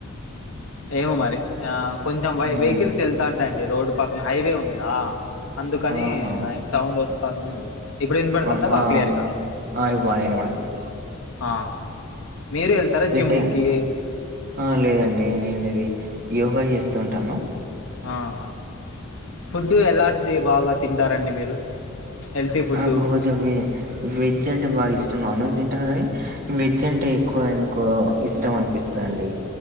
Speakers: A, on the left; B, on the right.
A: ఏమో మరి ఆ కొంచెం వై
B: ఉమ్
A: వెహికల్స్ వెళ్తా ఉంటాయండి రోడ్డు పక్కన హైవే ఉందా అందుకని
B: ఆహా
A: దం సౌండోస్తందేమో ఇప్పుడు వినపడతాందా
B: ఓకే
A: బాగా
B: ఆ
A: క్లియర్ గా
B: ఆ ఇప్పుడు బానే వినపడ్తుంది
A: ఆ మీరే వెళ్తారా జిమ్ము
B: ఈ టైం
A: కి
B: ఆ లేదండి నేనిది యోగా చేస్తూంటాను
A: ఆహా ఫుడ్డు ఎలాంటిది బాగా తింటారండి మీరు హెల్తీ ఫుడ్డు
B: నాకోసమే వెజ్ అంటే బాగా ఇష్టం నాన్ వెజ్ తింటను కానీ వెజ్ అంటే ఎక్కువ ఎందుకో ఇష్ ఇష్టమనిపిస్తదండి